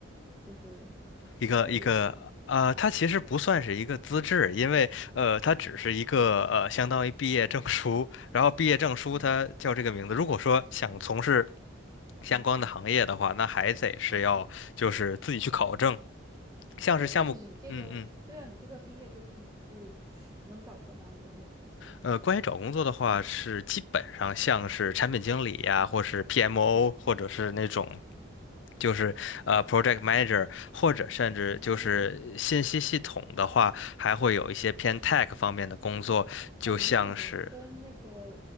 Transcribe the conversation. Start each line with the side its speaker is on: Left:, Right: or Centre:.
Right: 就是资质是吗？
Left: 一个一个呃，它其实不算是一个资质，因为呃，它只是一个呃，相当于毕业证书。然后毕业证书它叫这个名字。
Right: 啊
Left: 如果说想从事相关的行业的话，
Right: 嗯，
Left: 那还得是要就是自己去考证，像是项目，
Right: 哎，那你这个，
Left: 嗯嗯。
Right: 对啊，你这个毕业之后是是能找什么样的工作啊？
Left: 呃，关于找工作的话，是基本上像是产品经理呀，或是 PMO，
Right: 哦哦，
Left: 或者是那种
Right: 嗯，
Left: 就是呃 project manager，或者甚至就是信息系统的话，
Right: 也还好，
Left: 还会有一些偏 tech 方面的工作，就像是
Right: 感觉你跟那个